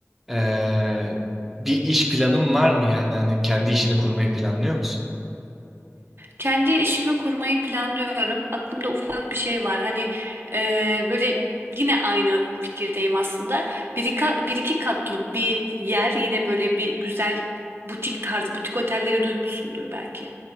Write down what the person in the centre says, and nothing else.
e, bir iş planın var mı? Yani hani kendi işini kurmayı planlıyor musun?